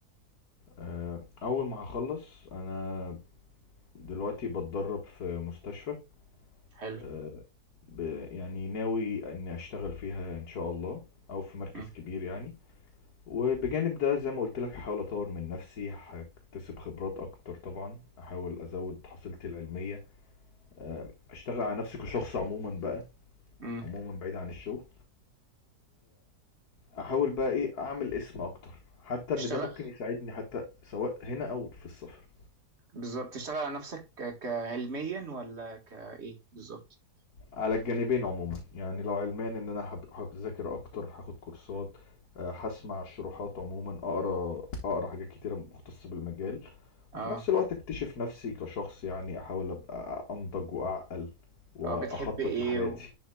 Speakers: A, on the left; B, on the right.
A: آه اول ما هخلص انا دلوقتي بتدرب في مستشفى
B: حلو
A: آه ب يعني ناوي اني اشتغل فيها ان شاء الله او في مركز
B: مم.
A: كبير يعني وبجانب ده زي ما قلت لك هحاول اطور من نفسي هكتسب خبرات اكتر طبعا احاول ازود حصيلتي العلميه آه، اشتغل على نفسي كشخص عموما بقى
B: مم.
A: عموما بعيد عن الشغل واحاول بقى ايه اعمل اسم اكتر حتى
B: تشتغل
A: ان ده ممكن يساعدني حتى سواء هنا او في السفر
B: بالظبط تشتغل على نفسك ك- كعلميا ولا كايه بالظبط
A: على الجانبين عموما يعني لو علمان ان انا هب- هذاكر اكتر هاخد كورسات آه، هسمع الشروحات عموما اقرا اقرا حاجات كتيره مختصه بالمجال
B: اه
A: وفي نفس الوقت اكتشف نفسي كشخص يعني احاول ابقى انضج واعقل واخطط
B: اه بتحب ايه
A: لحياتي
B: و...